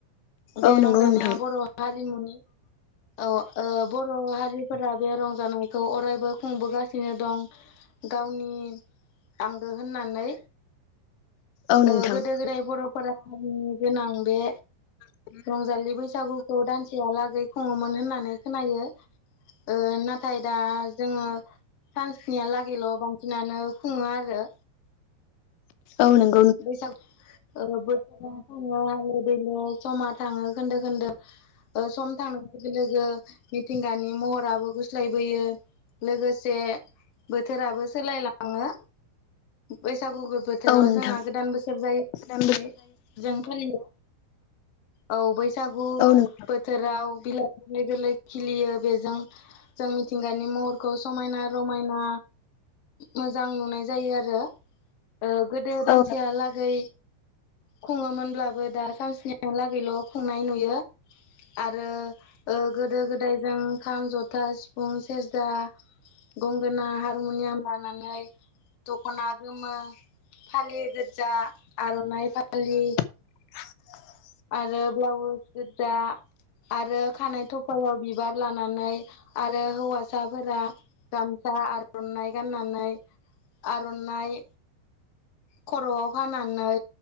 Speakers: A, on the left; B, on the left.
A: बे
B: औ
A: रंजानाया
B: नंगौ नोंथां
A: बर' हारिमुनि ओ ओ बर' हारिफोरा बे रंजानायखौ अरायबो खुंबोगासिनो दं। गावनि आंगो होननानै
B: औ
A: ओ
B: नोंथां
A: गोदो गोदाय बर'फोरा हारिनि गोनां बे
B: उम
A: रंजालि बैसागुखौ दानसेयालागै खुङोमोन होननानै खोनायो। ओ नाथाय दा जोङो सानसेनिहालागैल' बांसिनानो खुङो आरो
B: औ नों
A: बैसागु ओ बोथोरा थाङो हालो दैलो समा थाङो खोन्दो खोन्दो ओ सम थांनाय लोगो लोगो मिथिंगानि महराबो गुस्लायबोयो। लोगोसे बोथोराबो सोलायलाङो बैसागु बोथोराव
B: औ नोंथां
A: जोंहा गोदान बोसोर जायो होननानै
B: औ
A: जों फालियो। औ बैसागु
B: नों
A: बोथोराव बिलाइ गोरलै गोरलै खिलियो बेजों जों मिथिंगानि महरखौ समायना रमायना मोजां नुनाय जायो आरो ओ गोदो दानसेहालागै
B: औ
A: खुङोमोनब्लाबो दा सानसेनिलागैल' खुंनाय नुयो। आरो गोदो गोदायजों ओ खाम जथा सिफुं सेरजा गंगोना हारमुनियाम लानानै दख'ना गोमो फालियो गोजा आर'नाइ फालि
B: <inaudible>
A: आरो ब्लाउस गोजा आरो खानाय थफायाव बिबार लानानै आरो हौवासाफोरा गामसा आर'नाइ गाननानै आर'नाइ खर'आव खानानै